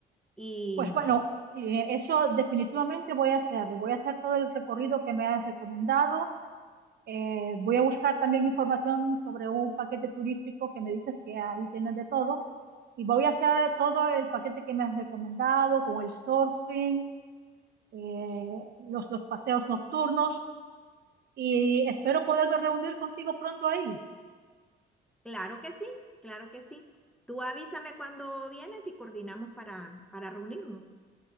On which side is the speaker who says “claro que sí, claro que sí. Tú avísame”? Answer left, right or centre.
Centre